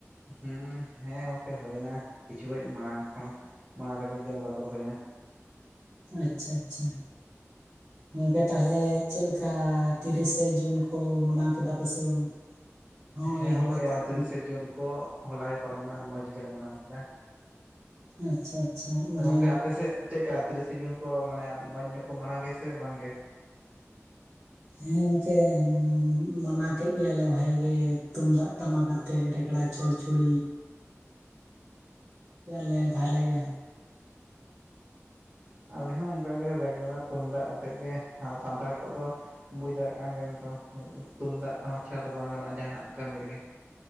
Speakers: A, on the right; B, on the right.
A: ᱦᱩᱸ ᱦᱮᱸ ᱜᱚᱝᱠᱮ ᱦᱩᱭᱮᱱᱟ, ᱠᱤᱪᱷᱩ ᱜᱷᱟᱲᱤᱡ ᱢᱟᱲᱟᱝ ᱠᱷᱚᱱ ᱢᱟᱲᱟᱝ ᱨᱮᱜᱮ ᱡᱚᱢ ᱵᱟᱲᱟ ᱠᱚᱫᱚ ᱦᱳᱭᱱᱟ।
B: ᱟᱪᱪᱷᱟ ᱟᱪᱪᱷᱟ, ᱜᱚᱝᱠᱮ ᱛᱟᱸᱦᱚᱞᱮ ᱪᱮᱫ ᱞᱮᱠᱟ ᱛᱤᱨᱤᱥᱮ ᱡᱩᱱ ᱠᱚ ᱢᱟᱱᱟᱣ ᱠᱮᱫᱟ ᱯᱮᱥᱮ ᱵᱟᱝ? ᱦᱳᱭ
A: ᱦᱮᱸ ᱜᱚᱝᱠᱮ
B: ᱦᱚᱞᱟ ᱯᱟᱨᱚᱢᱮᱱ
A: ᱛᱤᱨᱤᱥᱮ ᱡᱩᱱ ᱠᱚ ᱦᱚᱞᱟ ᱜᱮ ᱯᱟᱨᱚ ᱢᱮᱱᱟ᱾ ᱢᱚᱡᱽ ᱜᱮᱞᱮ ᱢᱟᱱᱟᱣ ᱠᱮᱫᱟ।
B: ᱟᱪᱪᱷᱟ। ᱟᱪᱪᱷᱟ ᱢᱟᱱᱮ
A: ᱜᱚᱝᱠᱮ ᱟᱯᱮ ᱥᱮᱫ ᱪᱮᱫᱠᱟ ᱛᱤᱨᱤᱥᱮ ᱡᱩᱱ ᱠᱚ ᱢᱟᱱᱮ ᱢᱚᱡᱽ ᱧᱚᱜ ᱠᱚ ᱢᱟᱱᱟᱣ ᱜᱮᱭᱟ ᱥᱮ ᱵᱟᱝ ᱜᱮ?
B: ᱦᱮᱸ ᱜᱚᱝᱠᱮ ᱢᱟᱱᱟᱣ ᱠᱮᱫ ᱜᱮᱭᱟᱞᱮ ᱵᱷᱟᱜᱤ ᱜᱮ ᱛᱩᱢᱫᱟᱜ ᱴᱟᱢᱟᱠ ᱟᱛᱮ ᱨᱮᱜᱽᱲᱟ ᱪᱚᱲᱪᱩᱲ᱾ ᱠᱮᱭᱟᱞᱮ ᱵᱷᱟᱞᱮ ᱜᱮ।
A: ᱟᱞᱮ ᱦᱚᱸ ᱚᱱᱠᱟᱜᱮ ᱨᱮᱜᱽᱲᱟ, ᱛᱩᱢᱫᱟᱜ ᱟᱛᱮᱜ ᱜᱮ ᱥᱟᱱᱛᱟᱲ ᱠᱚᱣᱟᱜ ᱫᱚ ᱵᱩᱡᱽ ᱫᱟᱲᱮᱭᱟᱜ ᱠᱟᱱ ᱜᱮᱭᱟᱢ ᱛᱚ ᱛᱩᱢᱫᱟᱜ ᱴᱟᱢᱟᱠ ᱪᱷᱟᱲᱟ ᱛᱚ ᱵᱟᱝ ᱜᱟᱱᱚᱜᱼᱟ ᱡᱟᱦᱟᱱᱟᱜ ᱠᱟᱹᱢᱤ ᱨᱮᱜᱮ।